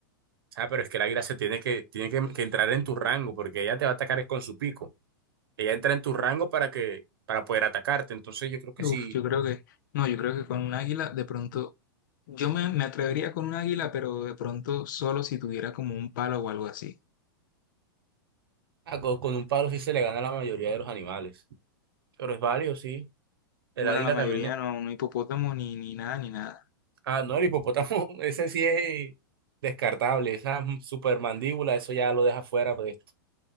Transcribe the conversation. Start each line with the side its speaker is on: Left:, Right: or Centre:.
Right: sea, pero es que la águila se tiene que, tiene que, que entrar en tu rango porque ella te va a atacar es con su pico. Ella entra en tu rango para que, para poder atacarte. Entonces yo creo que sí,
Left: Uf, yo creo que, no, yo creo que con un águila de pronto, yo me, me atrevería con un águila, pero de pronto solo si tuviera como un palo o algo así.
Right: ah, con, con un palo sí se le gana a la mayoría de los animales. Pero es válido, sí. El
Left: Bueno,
Right: águila
Left: la mayoría
Right: también es...
Left: no, no hipopótamo ni, ni nada, ni nada.
Right: Ah, no, el hipopótamo, <laughs> ese sí es descartable. Esa supermandíbula, eso ya lo deja fuera pues.